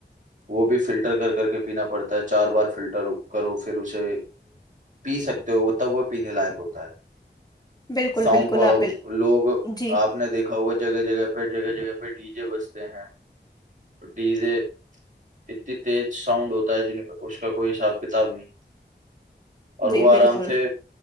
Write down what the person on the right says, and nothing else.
وہ بھی فلٹر کر کر کے پینا پڑتا ہے چار بار فلٹر کرو پھر اسے پی سکتے ہو وہ تب وہ پینے لائق ہو ہے
ساؤنڈ
پر
لوگ
آپ نے دیکھا ہوگا جگہ جگہ پہ جگہ جگہ پہ پ ڈی جے بجتے ہیں ڈی جے اتنی تیز ساؤنڈ ہوتا ہے جن اس کا کوئی حساب کتاب نہیں اور
وہ آرام
سے